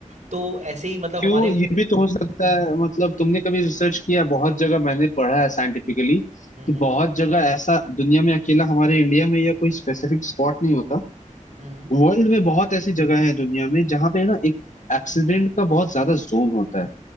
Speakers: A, on the right; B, on the left.
A: तो ऐसे ही मतलब
B: क्यों
A: हमारे
B: ये भी तो हो सकता है मतलब तुमने कभी रिसर्च किया बहुत जगह मैंने पढ़ा है साइंटिफिकली
A: हम्म
B: कि
A: हम्म
B: बहुत जगह ऐसा दुनिया में अकेला हमारे इंडिया में या कोई स्पेसिफिक स्पॉट नहीं होता
A: हम्म
B: वर्ल्ड में बहुत ऐसी जगह है दुनिया में जहां पे ना एक एक्सीडेंट का बहुत ज्यादा जोन होता है